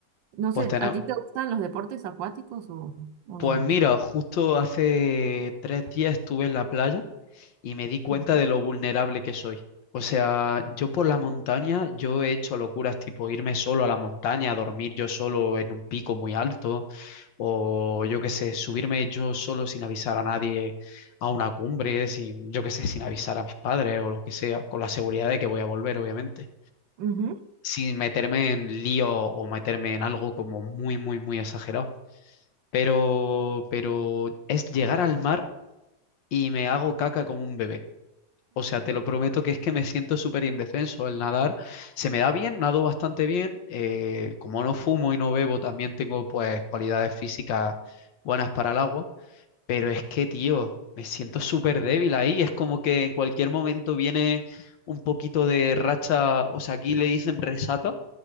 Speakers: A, on the right; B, on the left.
A: No
B: Pues
A: sé,
B: tenemos...
A: ¿a ti te gustan los deportes acuáticos o, o
B: Pues
A: no mucho?
B: mira, justo hace tres días estuve en la playa y me di cuenta
A: Ujú,
B: de lo vulnerable que soy. O sea, yo por la montaña, yo he hecho locuras tipo irme solo a la montaña, a dormir yo solo en un pico muy alto, o yo qué sé, subirme yo solo sin avisar a nadie a una cumbre, sin, yo qué sé, sin avisar a mis padres o lo que sea, con la seguridad de que voy a volver, obviamente,
A: ujú,
B: sin meterme en lío o meterme en algo como muy, muy, muy exagerado pero, pero es llegar al mar y me hago caca como un bebé. O sea, te lo prometo que es que me siento súper indefenso al nadar. Se me da bien, nado bastante bien. eh, como no fumo y no bebo, también tengo pues cualidades físicas buenas para el agua. Pero es que, tío, me siento súper débil ahí. Es como que en cualquier momento viene un poquito de racha. O sea, aquí le dicen resata